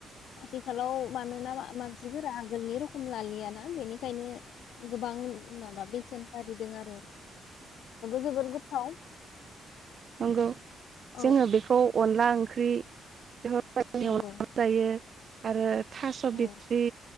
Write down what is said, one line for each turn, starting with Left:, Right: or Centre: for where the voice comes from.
Left: आथिखालाव मानोना मा मानसिफोरा आगोलनि रखम लालियाना बेनिखायनो गोबां माबा बेसेन बारिदों आरो। जोबोर गोथाव।
Right: नंगौ
Left: औ
Right: जोङो
Left: औ
Right: बेखौ अनला ओंख्रि <unintelligible> <unintelligible>
Left: नंगौ
Right: जायो। आरो थास'
Left: औ
Right: बिथ्रि